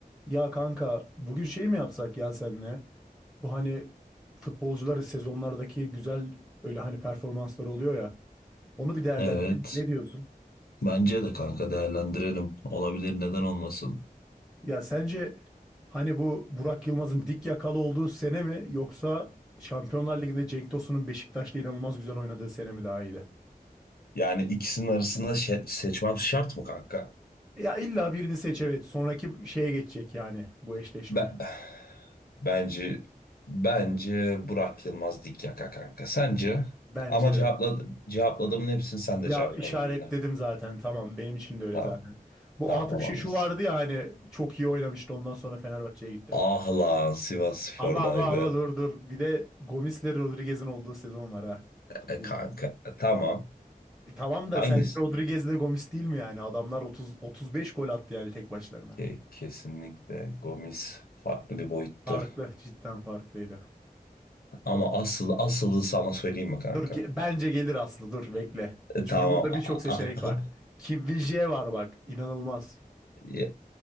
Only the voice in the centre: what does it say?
Ya kanka bugün şey mi yapsak ya senle? Bu hani futbolcuları sezonlardaki güzel öyle hani performansları oluyor ya. Onu bir değerlendirelim.
Ne diyorsun?
Ya sence hani bu Burak Yılmaz'ın dik yakalı olduğu sene mi yoksa Şampiyonlar Ligi'nde Cenk Tosun'un Beşiktaş'la inanılmaz güzel oynadığı sene mi daha iyiydi?
Ya illa birini seç evet. Sonraki şeye geçecek yani bu eşleşme.
Bence
de.
Ya
işaretledim
zaten tamam benim için de öyle
zaten. Bu
Atıf
şu vardı ya hani çok iyi oynamıştı ondan sonra Fenerbahçe'ye gitti.
Ama ama ama dur dur bir de Gomis'le Rodriguez'in olduğu sezon var ha.
Bu,
E tamam da
sen Rodriguez'le Gomis değil mi yani? Adamlar 30 35 gol attı yani tek başlarına.
Farklı cidden farklıydı.
Dur ge- bence gelir Aslı dur bekle.
Çünkü
burada birçok seçenek
var. Kim Min-jae var bak inanılmaz.